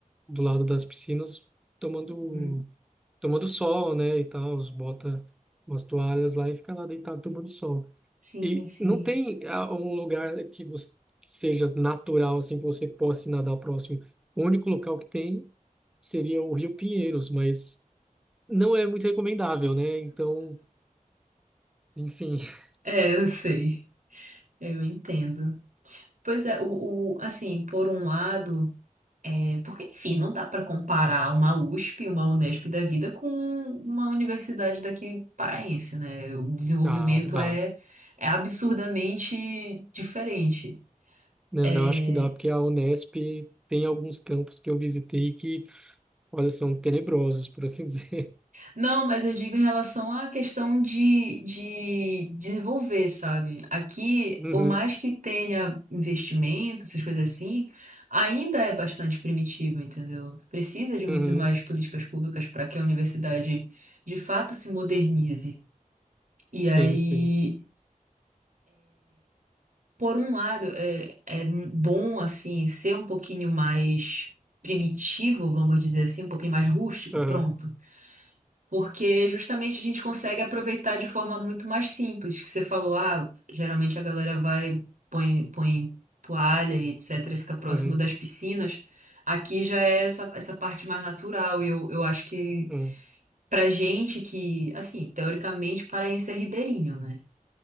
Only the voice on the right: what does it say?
Uhum.
Sim,
sim.
É, eu sei. Eu entendo. Pois é, o, o- assim, por um lado, é, porque, enfim, não dá para comparar uma USP, uma Unesp da vida com uma universidade daqui paraense, né? O desenvolvimento
é, é absurdamente diferente.
É,
Não, mas eu digo em relação à questão de, de desenvolver, sabe? Aqui,
por mais que tenha investimento, essas coisas assim, ainda é bastante primitivo, entendeu? Precisa de muito
mais políticas públicas para que a universidade de fato se modernize. E
aí,
por um lado, é, é bom, assim, ser um pouquinho mais primitivo, vamos dizer assim, um pouquinho mais rústico,
pronto. Porque justamente a gente consegue aproveitar de forma muito mais simples, que você falou, ah, geralmente a galera vai, põe, põe toalha e etc, fica próximo
das piscinas. Aqui já é essa, essa parte mais natural, e eu, eu acho que
pra gente que, assim, teoricamente paraense é ribeirinho, né?